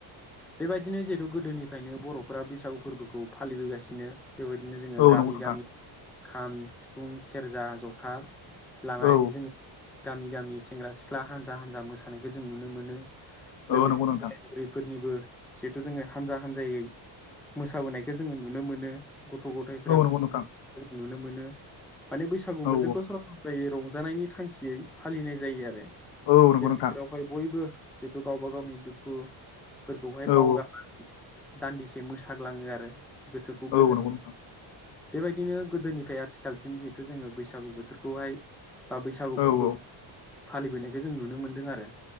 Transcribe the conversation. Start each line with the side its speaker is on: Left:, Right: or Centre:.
Centre: बेबायदिनो जिहेतु गोदोनिफ्रायनो बर'फ्रा बैसागु फोरबोखौ फालिबोगासिनो बेबायदिनो जोङो
Left: औ
Centre: गामि
Left: नंगौ नोंथां
Centre: गामि खाम, सिफुं, सेरजा, जथा लानानैनो
Left: औ
Centre: जोङो गामि गामि सेंग्रा सिख्ला हान्जा हान्जा मोसानायखौ जों नुनो मोनो। लोगोसे
Left: औ नंगौ नोंथां
Centre: बोराइ बुरै फोरनिबो जिथु जोङो हान्जा हान्जायै मोसाबोनायखो जोङो नुनो मोनो। गथ' गथायफोराबो
Left: औ नंगौ नोंथां
Centre: जों नुनो मोनो माने बैसागु
Left: औ
Centre: बोथोरखो सरासनस्रायै रंजानायनि थांखियै फालिनाय जायो आरो
Left: औ औ नंगौ
Centre: बे
Left: नोंथां
Centre: बोथोरावहाय बयबो जिहेथु गावबा गावनि दुखु फोरखौहाय
Left: औ
Centre: बावगारनानै दान्दिसे मोसाग्लाङो आरो। गोसोखौ
Left: औ
Centre: गोजोन
Left: नंगौ नोंथां
Centre: बेबायदिनो गोदोनिफ्राय आथिखालसिम जिहेथु जोङो बैसागु बोथोरखौहाय बा बैसागु
Left: औ
Centre: फोरबो
Left: औ
Centre: फालिबोनायखौ जों नुनो मोनदों आरो